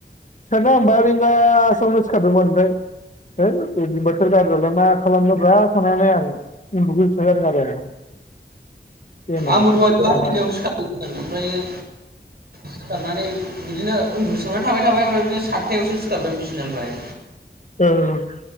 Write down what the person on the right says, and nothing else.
आंबो दंहाय बा
बाजियावनो सिखारदोंमोन ओमफ्रायो सिखारनानै बिदिनो उन्दुसोमनानै थाबाय थाबाय ओमफ्राय बिदिनो सातथायावसो सिखारबाय आं बिसिनानिफ्राय